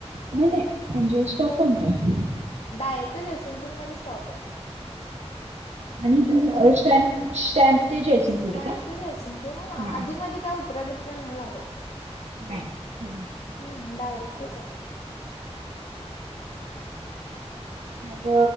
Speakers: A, on the right (about 80°); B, on the left (about 70°).
A: नाही नाही म्हणजे स्टॉप कोणतय?
B: डायरेक्ट जयसिंगपूर मध्ये स्टॉप आहे.
A: आणि इथून स्टँड स्टँड. ते जयसिंगपूर
B: स्टँड
A: का
B: ते सिंगपूर हा
A: हां
B: आधी मध काय उतर्या बित्र्या नाही लागत.
A: ह हम्.
B: हम् ारक्ट
A: मग